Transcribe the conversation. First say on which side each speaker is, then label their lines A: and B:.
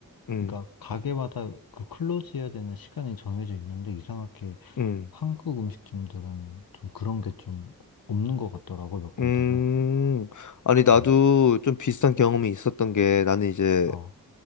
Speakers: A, on the left; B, on the left.
A: 응,
B: 그러니까 가게마다 그 클로즈 해야 되는 시간이 정해져 있는데 이상하게
A: 응,
B: 한국 음식점들은 좀 그런 게 좀 없는 것 같더라고, 몇 군데는.
A: 음. 아니, 나도
B: 음.
A: 좀 비슷한 경험이 있었던 게 나는 이제
B: 어,